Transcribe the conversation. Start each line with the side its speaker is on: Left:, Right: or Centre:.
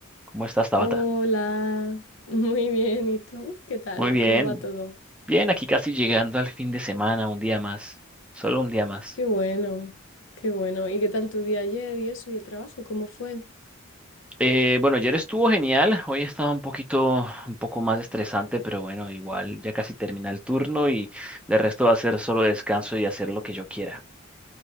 Centre: ¿Cómo estás, Tabata?
Left: Hola, <laughs> muy bien. ¿Y tú? ¿Qué tal?
Centre: Muy bien,
Left: ¿Cómo va todo?
Centre: bien, aquí casi llegando al fin de semana, un día más, solo un día más.
Left: Qué bueno, qué bueno. ¿Y qué tal tu día ayer y eso y el trabajo? ¿Cómo fue?
Centre: Eh, bueno, ayer estuvo genial, hoy estaba un poquito, un poco más estresante, pero bueno, igual ya casi termina el turno y de resto va a ser solo descanso y hacer lo que yo quiera.